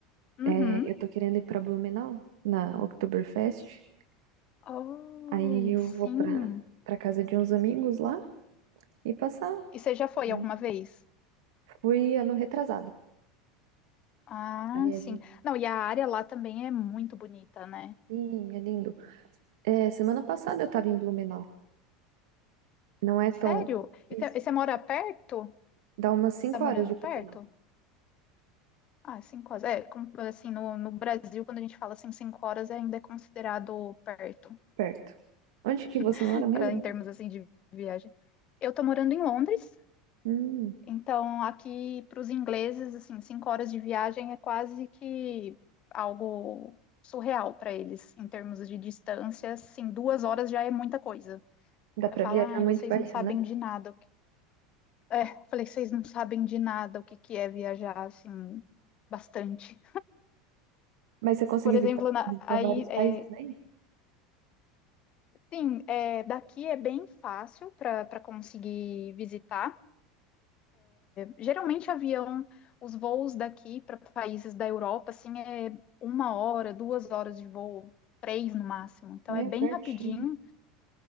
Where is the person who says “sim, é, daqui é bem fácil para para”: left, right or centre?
Left